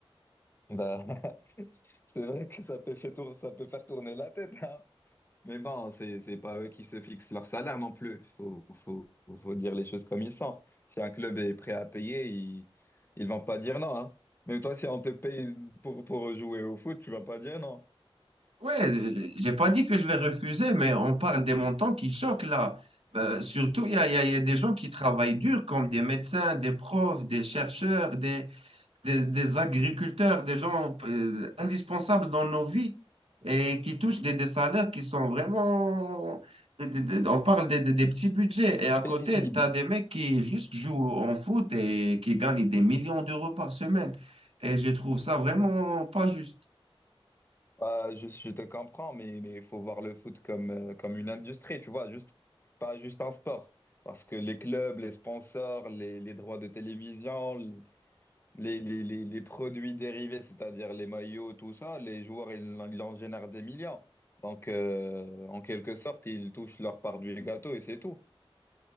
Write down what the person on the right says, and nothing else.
Ouais, euh, j'ai pas dit que je vais refuser, mais on parle des montants qui choquent là. Ben, surtout, il y a, il y a il y a des gens qui travaillent dur, comme des médecins, des profs, des chercheurs, des, des, des agriculteurs, des gens euh, indispensables dans nos vies et qui touchent des, des salaires qui sont vraiment... des- des- On parle des, des- des petits budgets et à côté,
tu as des mecs qui juste jouent en foot et qui gagnent des millions d'euros par semaine. Et je trouve ça vraiment pas juste.